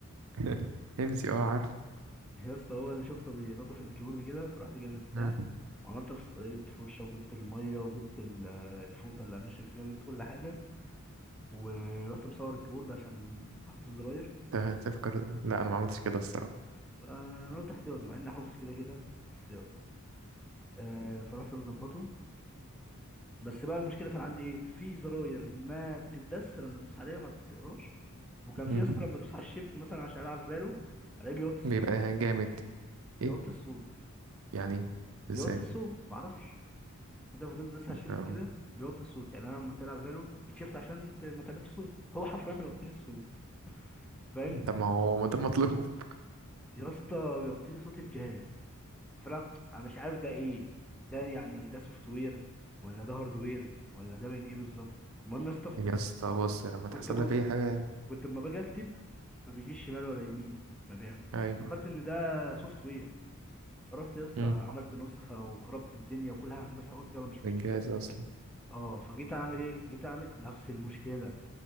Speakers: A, on the right; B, in the centre.
A: <laughs> همزي اه عارف
B: <laughs> يا اسطى هو انا شفته بينضف الكيبورد كده فرحت جايب البتاع
A: مم.
B: وعملت نفس الطريقه جبت فرشه وجبت الميه وجبت ال- آه، الفوطه اللي هنشف فيها وجبت كل حاجه ورحت مصور الكيبورد عشان احط الزراير
A: ت- تفكر لا أنا ما عملتش كده الصراحة
B: آه، انا قلت احتياطي مع اني حافظ كده كده بس يلا آه، فرحت مظبطه بس بقى المشكله كان عندي ايه في زراير ما بتدس لما تدوس عليها ما بتقراش وكان
A: مم.
B: في اصلا لما ادوس على الشيفت مثلا عشان العب فالو الاقيه بيوطي الصوت
A: بيبقى جامد
B: بيوطي
A: إيه
B: الصوت
A: يعني
B: بيوطي
A: إزاي
B: الصوت معرفش انت لو فضلت تدوس على الشيفت
A: آه.
B: كده بيوطي الصوت يعني انا لما تلعب فالو بتشيفت عشان ت- ما تعملش صوت هو حرفيا بيوطي لي الصوت <laughs> فاهم
A: طب ما هو ما ده المطلوب
B: يا اسطى بيوطي لي صوت الجهاز فانا انا مش عارف ده ايه ده يعني ده سوفت وير ولا ده هارد وير ولا ده من ايه بالظبط المهم يا اسطى
A: يا اسطى بص لما
B: كنت
A: تحصل
B: بص
A: لك اي حاجه
B: كنت لما باجي اكتب ما بيجيش شمال ولا يمين ما بيع...
A: ايوه
B: فافتكرت ان ده سوفت وير فرحت يا اسطى
A: امم
B: عملت نسخه وخربت الدنيا وكل حاجه اتمسحت قلت يلا مش مشكله
A: الجهاز اصلا
B: اه فجيت اعمل ايه جيت اعمل نفس المشكله